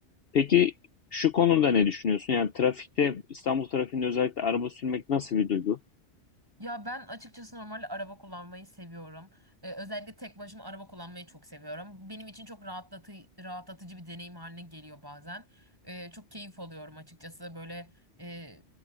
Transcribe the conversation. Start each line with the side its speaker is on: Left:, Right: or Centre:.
Left: Peki şu konuda ne düşünüyorsun? Yani trafikte, İstanbul trafiğinde özellikle araba sürmek nasıl bir duygu?
Right: Ya ben açıkçası normalde araba kullanmayı seviyorum. Ee, özellikle tek başıma araba kullanmayı çok seviyorum. Benim için çok rahatlatı rahatlatıcı bir deneyim haline geliyor bazen. Ee, çok keyif alıyorum açıkçası. Böyle e,